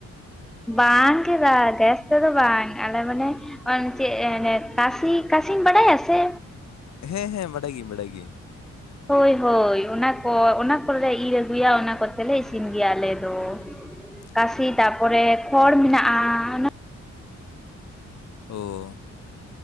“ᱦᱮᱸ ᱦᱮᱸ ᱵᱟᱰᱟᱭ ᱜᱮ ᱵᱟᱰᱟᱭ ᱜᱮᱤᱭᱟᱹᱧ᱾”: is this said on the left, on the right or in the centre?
Left